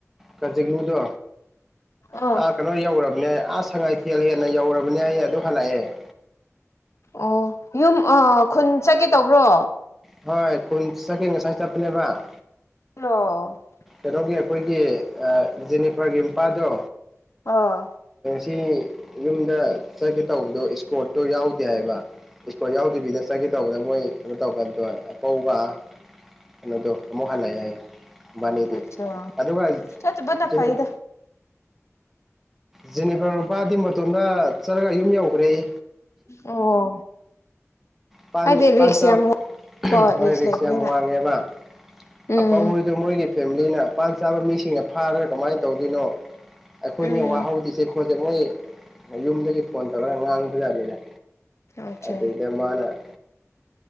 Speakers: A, in the centre; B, on the left.
A: ꯀꯆꯤꯡꯉꯨꯗꯣ
B: ꯑꯣ
A: ꯑ ꯀꯩꯅꯣ ꯌꯥꯎꯔꯕꯅꯦ ꯑ ꯁꯉꯥꯏꯊꯦꯜ ꯍꯦꯜ ꯅꯩ ꯌꯧꯔꯕꯅꯦ ꯑꯩ ꯑꯗꯨ ꯍꯜꯂꯛꯑꯦ꯫
B: ꯑꯣ꯫ ꯌꯨꯝ ꯑꯥ ꯈꯨꯟ ꯆꯠꯀꯦ ꯇꯧꯕ꯭ꯔꯣ꯫
A: ꯍꯣꯏ ꯈꯨꯟ ꯆꯀꯦ ꯉꯁꯥꯏ ꯆꯠꯄꯅꯦꯕ꯫
B: <unintelligible>
A: ꯀꯩꯅꯣꯒꯤ ꯑꯩꯈꯣꯏꯒꯤ ꯖꯦꯅꯤꯐꯔꯒꯤ ꯃꯄꯥꯗꯣ꯫
B: ꯑꯥ꯫
A: ꯁꯤ ꯌꯨꯝꯗ ꯆꯠꯒꯦ ꯇꯧꯕꯗꯣ ꯏꯁꯀꯣꯔꯠꯇꯣ ꯌꯥꯎꯗꯦ ꯍꯥꯏꯕ꯫ ꯏꯁꯀꯣꯔꯠ ꯌꯥꯎꯗꯕꯤꯗ ꯆꯀꯦ ꯇꯧꯕꯗ ꯃꯣꯏ ꯀꯩꯅꯣ ꯇꯧꯀꯥꯟꯗꯣ ꯑꯄꯧꯕ ꯀꯩꯅꯣꯗꯣ ꯑꯃꯨꯛ ꯍꯜꯂꯛꯑꯦ ꯍꯥꯏꯌꯦ꯫ ꯃꯅꯤꯗꯤ
B: ꯑꯆꯥ
A: ꯑꯗꯨꯒ
B: ꯆꯠꯇꯕꯅ ꯐꯩꯗ
A: ꯖꯦꯅꯤꯠ꯫ ꯖꯤꯅꯤꯐꯔ ꯃꯄꯥꯗꯤ ꯃꯇꯣꯝꯗ ꯆꯠꯂꯒ ꯌꯨꯝ ꯌꯧꯒꯔꯦꯌꯦ꯫
B: ꯑꯣ꯫
A: ꯄꯥꯟ
B: ꯍꯥꯏꯗꯤ ꯔꯤꯛꯁ
A: ꯄꯥꯟꯆ
B: ꯌꯥꯝ ꯀꯣ
A: ꯍꯣꯏ ꯔꯤꯛꯁ
B: ꯂꯩꯕꯅꯤꯅ
A: ꯌꯥꯝ ꯋꯥꯡꯉꯦꯕ
B: ꯎꯝ
A: ꯑꯄꯥꯎꯍꯣꯏꯗꯣ ꯃꯣꯏꯒꯤ ꯐꯦꯃꯤꯂꯤ ꯃꯤꯅ ꯄꯥꯥꯟ ꯆꯥꯕ ꯃꯤꯁꯤꯡꯅ ꯐꯥꯔꯒ ꯀꯃꯥꯏꯅ ꯇꯧꯗꯣꯏꯅꯣ꯫ ꯑꯩꯈꯣꯏꯅꯦ
B: ꯎꯝ
A: ꯋꯥꯍꯧꯗꯨꯏꯁꯦ꯫ <unintelligible> ꯃꯌꯨꯝꯗꯒꯤ ꯐꯣꯟ ꯇꯧꯔꯒ ꯉꯥꯡꯕꯖꯥꯠꯅꯤꯗ꯫
B: ꯑꯆꯥ
A: ꯑꯗꯨꯗ ꯃꯥꯅ꯫